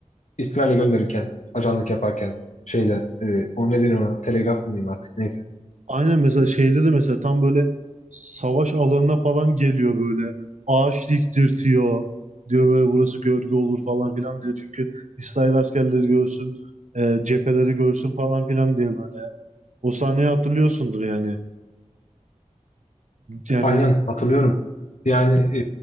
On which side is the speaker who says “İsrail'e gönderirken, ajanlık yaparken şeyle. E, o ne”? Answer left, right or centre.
Left